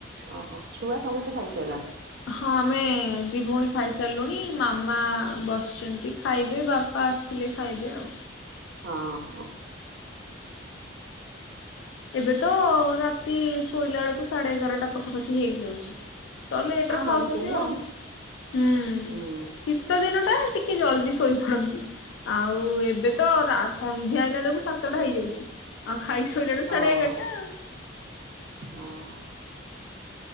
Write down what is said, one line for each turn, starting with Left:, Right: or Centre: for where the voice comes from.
Right: ଓହୋ ଛୁଆ ସମସ୍ତେ ଖାଇସାଇଲ
Left: ହଁ ଆମେ ଦି ଭଉଣୀ ଖାଇସାରିଲୁଣି ମାମା ବସିଛନ୍ତି ଖାଇବେ ବାପା ଆସିଲେ ଖାଇବେ ଆଉ
Right: ହଁ ହଁ
Left: ଏବେ ତ ରାତି ଶୋଇଲା ବେଳକୁ ସାଢେ ଏଗାରଟା ପାଖାପାଖି ହେଇଯାଉଛି ତଲେ ଏଠରେ
Right: ଆମର
Left: ଖାଉଛନ୍ତି
Right: ବି ସେଇଆ
Left: ଆଉ ହୁଁ
Right: ହୁଁ।
Left: ଶୀତ ଦିନଟା ଟିକେ ଜଲଦି ଶୋଇପଡନ୍ତି ଆଉ ଏବେ ତ ରା ସନ୍ଧ୍ୟା ହେଲା ବେଳକୁ ସାତଟା ହେଇଯାଉଛି ଆଉ ଖାଇ ଶୋଇଲାଳୁ
Right: ହଁ
Left: ସାଢେ ଏଗାରଟା ଆଉ
Right: ହଁ।